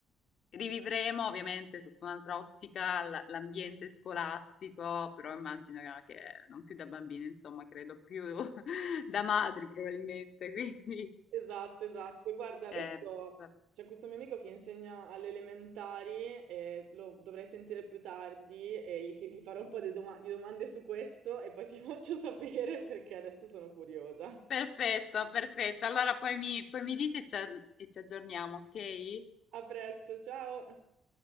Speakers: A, on the left (about 60°); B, on the right (about 80°).
A: rivivremo ovviamente sotto un'altra ottica l- l'ambiente scolastico, però immagino che non più da bambini, insomma, credo più <laughs> da madri probabilmente, <laughs> quindi...
B: Esatto, esatto. Guarda, adesso
A: Eh, va-
B: c'è questo mio amico che insegna alle elementari e lo dovrei sentire più tardi e gli, chie- gli farò un po' di doma- di domande su questo e poi ti <laughs> faccio sapere perché adesso sono curiosa.
A: perfetto, perfetto. Allora poi mi, poi mi dici e ci e ci aggiorniamo, ok?
B: A presto, ciao!